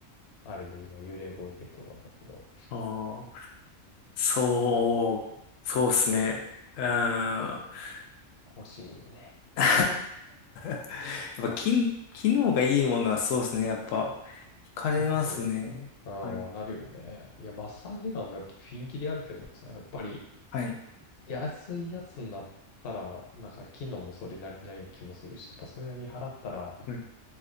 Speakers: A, on the left; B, on the left.
A: あれで今幽霊動いてるとこなんやけど、
B: ああ、そう、そうっすね。うん。<laughs>
A: 欲しいんよね。
B: や
A: っていう。
B: っぱ、
A: そう。
B: き、機能がいいものはそうっすね。やっぱ、惹かれますね。
A: 高く、うん、
B: はい、
A: なるよね。いや、マッサージガンもやっぱピンキリあるけどさ、やっぱり
B: はい、
A: 安いやつになったら、なんか機能もそれなりにある気もするし、やっぱそれなりに払ったら、
B: はい。